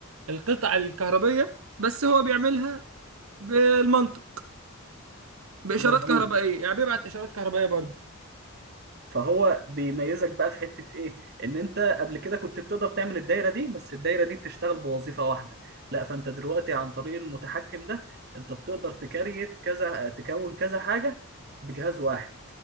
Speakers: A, on the right; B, on the right.
A: القطع الكهربية بس هو بيعملها بالمنطق باشارات
B: مظبوط
A: كهربائيه يعني بيبعت اشارات كهربائيه برضه
B: فهو بيميزك بقى في حتة ايه ان انت قبل كده كنت بتقدر تعمل الدايرة دي بس الدايرة دي بتشتغل بوظيفة واحدة لا فانت دلوقتي عن طريق المتحكم ده انت بتقدر تكريت كذا تكون كذا حاجة بجهاز واحد